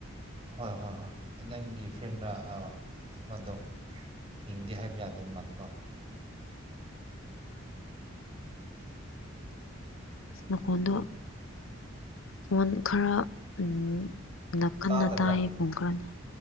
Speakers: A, on the right; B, on the left.
A: ꯍꯣꯏ ꯍꯣꯏ ꯍꯣꯏ ꯅꯪꯒꯤ ꯐ꯭ꯔꯦꯟꯗ ꯑꯃꯗꯣ ꯍꯡꯗꯦ ꯍꯥꯏꯕ ꯌꯥꯗꯕ ꯃꯥꯜꯂꯤꯦꯀꯣ
B: ꯅꯀꯗ ꯃꯣꯟ ꯈꯔ ꯎꯝ ꯀꯟꯅ
A: ꯇꯥꯗꯕ꯭ꯔꯥ
B: ꯇꯥꯏꯌꯦ ꯄꯨꯡ ꯈꯔꯅ